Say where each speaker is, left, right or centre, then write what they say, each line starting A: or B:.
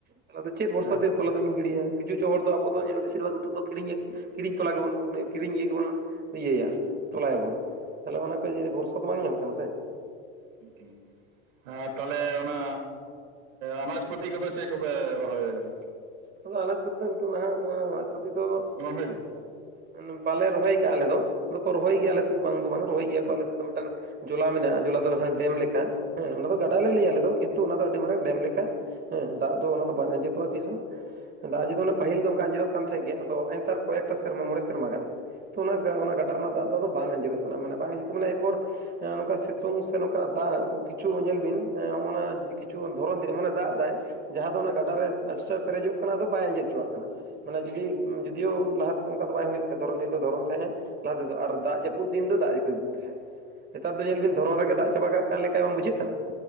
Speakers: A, on the right; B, on the right.
A: ᱛᱟᱦᱞᱮ ᱟᱫᱚ ᱪᱮᱫ ᱵᱷᱚᱨᱥᱟ
B: ᱦᱮᱸ
A: ᱛᱮ ᱛᱚᱞᱟ ᱫᱚᱵᱤᱱ ᱜᱤᱲᱤᱭᱟ, ᱠᱤᱪᱷᱩ ᱠᱤᱪᱷᱩ ᱦᱚᱲ ᱫᱚ ᱟᱵᱚ ᱫᱚ ᱧᱮᱞ ᱵᱤᱥᱤᱨ ᱵᱷᱟᱜ ᱱᱤᱛᱚᱜ ᱫᱚ ᱠᱤᱨᱤᱧ‌ ᱟᱠ ᱠᱤᱨᱤᱧ ᱛᱚᱞᱟ ᱜᱮᱵᱚᱱ ᱢᱟᱱᱮ ᱠᱤᱨᱤᱧ ᱤᱭᱟᱹ ᱜᱮᱵᱚᱱ ᱤᱭᱟᱹᱭᱟ ᱛᱚᱞᱟᱭᱟᱵᱚᱱ, ᱛᱟᱦᱞᱦᱮ ᱚᱱᱟ ᱠᱚ ᱡᱤ ᱵᱷᱚᱨᱥᱟ ᱫᱚ ᱵᱟᱝ ᱧᱟᱢᱚᱜ ᱠᱟᱱᱟ ᱥᱮ
B: ᱦᱩᱸᱜ-ᱩᱸ ᱟᱨ ᱛᱟᱦᱞᱮ ᱚᱱᱟ ᱟᱱᱟᱡ ᱯᱟᱹᱛᱤ ᱠᱚᱫᱚ ᱪᱮᱫ ᱠᱚᱯᱮ ᱨᱚᱦᱚᱭ ᱠᱟᱫᱟ
A: ᱟᱫᱚ ᱟᱞᱮ ᱠᱚᱨᱮ ᱫᱚ ᱱᱤᱛᱚᱜ ᱱᱟᱦᱟᱜ ᱟᱱᱟᱡ ᱯᱟᱹᱛᱤ ᱫᱚ
B: ᱱᱚᱰᱮ ᱜᱮ
A: ᱮᱸᱜ ᱢᱟᱱᱮ ᱵᱟᱞᱮ ᱨᱚᱦᱚᱭ ᱟᱠᱟᱜᱼᱟ ᱟᱞᱮ ᱫᱚ, ᱟᱫᱚ ᱠᱚ ᱨᱚᱦᱚᱭ ᱜᱮᱭᱟ ᱟᱞᱮ ᱥᱮᱫ ᱵᱟᱝ ᱫᱚ ᱵᱟᱝ ᱨᱚᱦᱚᱭ ᱜᱮᱭᱟᱠᱚ ᱟᱞᱮ ᱥᱮᱫ ᱫᱚ ᱢᱤᱫᱴᱟᱱ ᱡᱚᱞᱟ ᱢᱮᱱᱟᱜᱼᱟ ᱡᱚᱞᱟ ᱫᱚ ᱦᱮᱸ ᱰᱮᱢ ᱞᱮᱠᱟ ᱦᱮᱸ, ᱚᱱᱟ ᱫᱚ ᱜᱟᱰᱟ ᱞᱮ ᱞᱟᱹᱭᱟ ᱟᱞᱮ ᱫᱚ ᱠᱤᱱᱛᱩ ᱚᱱᱟ ᱫᱚ ᱟᱹᱰᱤ ᱢᱟᱨᱟᱝ ᱰᱮᱢ ᱞᱮᱠᱟ ᱦᱮᱸ ᱫᱟᱜ ᱫᱚ ᱚᱱᱟ ᱫᱚ ᱵᱟᱝ ᱟᱸᱡᱮᱫᱚᱜᱼᱟ ᱛᱤᱥ ᱦᱚᱸ ᱫᱟᱜ ᱟᱸᱡᱮᱫ ᱫᱚ ᱢᱟᱱᱮ ᱯᱟᱹᱤᱞ ᱫᱚ ᱚᱱᱠᱟ ᱟᱸᱡᱮᱫᱚᱜ ᱠᱟᱱ ᱛᱟᱦᱮᱸᱜ ᱜᱮ ᱟᱫᱚ ᱱᱮᱜ-ᱮᱱᱛᱟᱨ ᱠᱚᱭᱮᱠᱴᱟ ᱥᱮᱨᱢᱟ ᱢᱚᱬᱮ ᱥᱮᱨᱢᱟ ᱜᱟᱱ ᱛᱚ ᱚᱱᱟ ᱚᱱᱟ ᱜᱟᱰᱟ ᱨᱮᱱᱟᱜ ᱫᱟᱜ ᱫᱚ ᱟᱫᱚ ᱵᱟᱝ ᱟᱸᱡᱮᱫᱚᱜ ᱠᱟᱱᱟ ᱢᱟᱱᱮ ᱵᱟᱝ ᱟᱸᱡᱮᱫᱚᱜ ᱢᱟᱱᱮ ᱮᱯᱚᱨ ᱦᱮᱸ ᱱᱚᱝᱠᱟ ᱥᱤᱛᱩᱝ ᱥᱮ ᱱᱚᱝᱠᱟᱱᱟᱜ ᱫᱟᱜ ᱠᱤᱪᱷᱩ ᱧᱮᱞ ᱵᱤᱱ ᱦᱮᱸ ᱱᱚᱜ-ᱚᱱᱟ ᱠᱤᱪᱷᱩ ᱫᱷᱚᱨᱚᱱ ᱫᱤᱱ ᱮᱢᱚᱱᱮ ᱫᱟᱜ ᱫᱟᱭ ᱡᱟᱦᱟᱸ ᱫᱚ ᱚᱱᱟ ᱜᱟᱰᱟᱨ ᱨᱮ ᱟᱹᱰᱤ ᱪᱟᱬ ᱯᱮᱨᱮᱡᱚᱜ ᱠᱟᱱᱟ ᱟᱫᱚ ᱵᱟᱭ ᱟᱸᱡᱮᱫ ᱦᱚᱪᱚᱣᱟᱜ ᱠᱟᱱᱟ ᱢᱟᱱᱮ ᱡᱩᱫᱤ ᱡᱩᱫᱤᱭᱳᱣ ᱞᱟᱦᱟ ᱛᱮᱫᱚ ᱚᱝᱠᱟ ᱫᱚ ᱵᱟᱝ ᱦᱩᱭᱩᱜ ᱛᱟᱦᱮᱸᱫ ᱫᱷᱚᱨᱚᱱ ᱫᱤᱱ ᱫᱚ ᱫᱷᱚᱨᱚᱱ ᱛᱟᱦᱮᱸᱫ ᱮ ᱞᱟᱦᱟ ᱛᱮᱫᱚ ᱟᱨ ᱫᱟᱜ ᱡᱟᱹᱯᱩᱫ ᱫᱤᱱ ᱫᱚ ᱫᱟᱜ ᱡᱟᱹᱯᱩᱫ ᱛᱟᱦᱮᱸᱫ ᱮ ᱱᱮᱛᱟᱨ ᱫᱚ ᱧᱮᱞ ᱵᱤᱱ ᱫᱷᱚᱨᱚᱱ ᱨᱮᱜᱮ ᱫᱟᱜ ᱪᱟᱵᱟ ᱠᱟᱜ ᱠᱟᱱ ᱞᱮᱠᱟᱭ ᱵᱟᱝ ᱵᱩᱡᱷᱟᱹᱜ ᱠᱟᱱᱟ